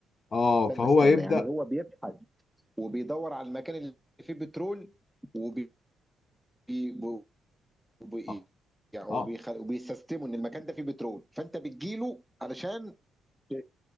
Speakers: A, on the left; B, in the centre.
A: اه
B: استنى
A: فهو
B: استنى
A: يبدا
B: يعني هو بيبحث وبيدور على المكان اللي فيه بترول وبي وبي- وبي-
A: اه
B: يعني وبيخل...
A: آه.
B: وبيستسلموا ان المكان ده فيه بترول فانت بتجيله علشان ت-